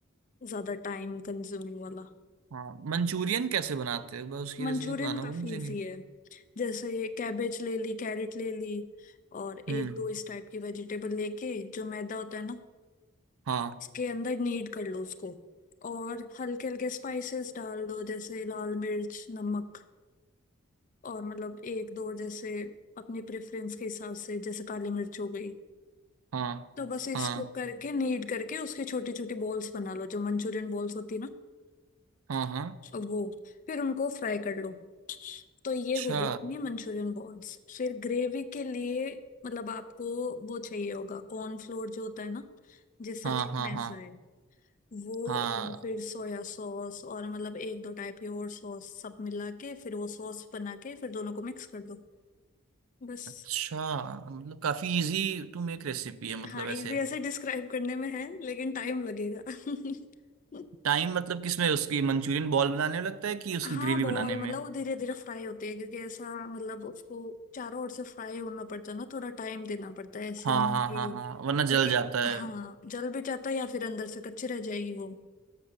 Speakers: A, on the left; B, on the right.
A: ज्यादा टाइम कंज्यूमिंग वाला
B: हाँ मंचूरियन कैसे बनाते हैं बस उसकी
A: मंचूरियन
B: रेसिपी बताना वो
A: काफी
B: मुझे
A: इजी
B: नहीं
A: है जैसे कैबेज ले ली कैरेट ले ली और एक
B: हम्म
A: दो इस टाइप की वेजिटेबल लेके जो मैदा होता है ना
B: हाँ
A: इसके अंदर नीड कर लो उसको और हल्के हल्के स्पाइसेस डाल दो जैसे लाल मिर्च नमक और मतलब एक दो जैसे अपनी प्रेफरेंस के हिसाब से जैसे काली मिर्च हो गई
B: हाँ
A: तो बस इसको
B: हाँ
A: करके नीड करके उसके छोटी छोटी बॉल्स बना लो जो मंचूरियन बॉल्स होती है ना
B: हाँ हाँ
A: वो फिर उनको फ्राई कर लो तो ये
B: अच्छा
A: हो गई अपनी मंचूरियन बॉल्स फिर ग्रेवी के लिए मतलब आपको वो चाहिए होगा कॉर्नफ्लोर जो होता है ना जिससे
B: हाँ
A: थिकनेस
B: हाँ हाँ
A: आए वो
B: हाँ
A: और फिर सोया सॉस और मतलब एक दो टाइप की और सॉस सब मिला के फिर वो सॉस बना के फिर दोनों को मिक्स कर दो बस
B: अच्छा मतलब काफी इजी टू मेक रेसिपी है मतलब
A: हाँ
B: ऐसे
A: इजी ऐसे डिस्क्राइब करने में है लेकिन टाइम लगेगा <laughs>
B: टाइम मतलब किसमें उसकी मंचूरियन बॉल बनाने में लगता है कि उसकी
A: हाँ
B: ग्रेवी
A: बॉल
B: बनाने में
A: मतलब वो धीरे धीरे फ्राई होती है क्योंकि ऐसा मतलब उसको चारों ओर से फ्राई होना पड़ता है ना थोड़ा टाइम देना पड़ता है ऐसे
B: हाँ
A: नहीं
B: हाँ
A: कि
B: हाँ हाँ वरना
A: क्योंकि
B: जल जाता है
A: हाँ जल भी जाता है या फिर अंदर से कच्ची रह जाएगी वो